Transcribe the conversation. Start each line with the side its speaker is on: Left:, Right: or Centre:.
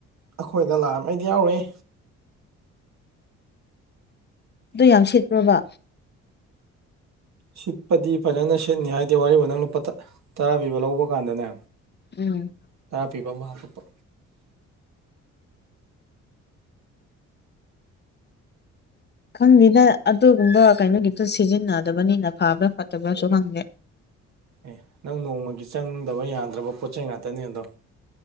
Right: ꯑꯩꯈꯣꯏꯗ ꯂꯥꯛꯑꯝ ꯑꯩꯗꯤ ꯌꯥꯎꯔꯣꯢꯑꯦ
Left: ꯑꯗꯨ ꯌꯥꯝ ꯁꯤꯠꯄ꯭ꯔꯣꯕ
Right: ꯁꯤꯠꯄꯗꯤ ꯐꯖꯅ ꯁꯤꯠꯅꯤ ꯍꯥꯏꯗꯤ ꯋꯥꯔꯤ ꯋꯥ ꯅꯪ ꯂꯨꯄꯥ ꯇ ꯇꯔꯥ ꯄꯤꯕ ꯂꯧꯕ ꯀꯥꯟꯗꯅꯦ
Left: ꯎꯝ
Right: ꯇꯔꯥ ꯄꯤꯕ ꯑꯃ ꯍꯥꯞꯄꯛꯄ
Left: ꯈꯪꯗꯦꯗ ꯑꯗꯨꯒꯨꯝꯕ ꯀꯩꯅꯣꯒꯤꯇꯣ ꯁꯤꯖꯤꯟꯅꯗꯕꯅꯤꯅ ꯐꯕ꯭ꯔꯥ ꯐꯠꯇꯕ꯭ꯔꯥꯁꯨ ꯈꯪꯗꯦ
Right: ꯑꯦ ꯅꯪ ꯅꯣꯡꯃꯒꯤ ꯆꯪꯗꯕ ꯌꯥꯗ꯭ꯔꯕ ꯄꯣꯠꯆꯩ ꯉꯥꯇꯅꯦ ꯑꯗꯣ